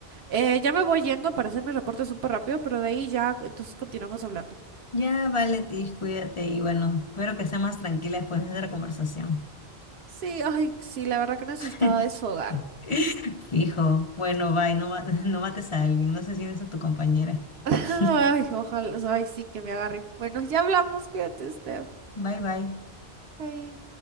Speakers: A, on the right; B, on the left.
A: Eh, ya me voy yendo para hacer mi reporte súper rápido, pero de ahí ya, entonces continuamos hablando.
B: Ya, vale, Tish, cuídate y bueno, espero que sea más tranquila después de nuestra conversación.
A: Sí, ay, sí, la verdad que necesitaba
B: <laughs>
A: desfogar.
B: Fijo, bueno, bye, no, ma- <laughs> no mates a alguien, no asesines a tu compañera.
A: <laughs>
B: <laughs>
A: Ay, ojalá, ay, sí, que me agarren. Bueno, ya hablamos, cuídate, Steph.
B: Bye, bye.
A: Bye.